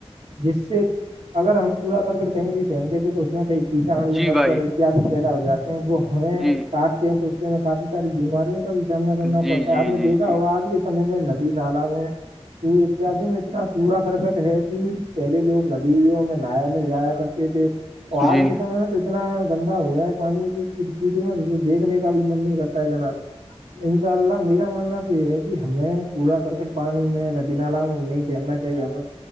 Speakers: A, on the right (about 80°); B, in the centre.
A: جس سے اگر ہم کوڑا کرکٹ کہیں بھی پھینکتے تھے تو اس میں کئی کیٹاڑو
B: جی
A: مچھر
B: بھائی
A: اتیاد پیدا ہو جاتے ہیں وہ ہمیں
B: جی
A: کاٹ ہیں تو اس سے ہم کافی ساری بیماریوں کا بھی سامنا کرنا
B: جی
A: پڑتا
B: جی
A: ہے آپ نے
B: جی
A: دیکا
B: جی
A: ہوگا آج کے سمے میں ندی نالا ہو تو اتیاد میں اتنا پڑا کرکٹ ہے کہ پہلے لوگ ندیوں میں لایا نہیں جایا کرتے تھے وہ آج
B: جی
A: کی سے میں تو اتنا گندا ہوا ہے پانی کی کچھ پیٹے میں اسے دیکھنے کا بھی من نہیں کرتا ہے جناب انشاء اللہ میرا ماننا تو یہ ہے کہ ہمیں کوڑا کرکٹ پانی میں ندی نالا میں نہیں دیکنا چاہیے ہم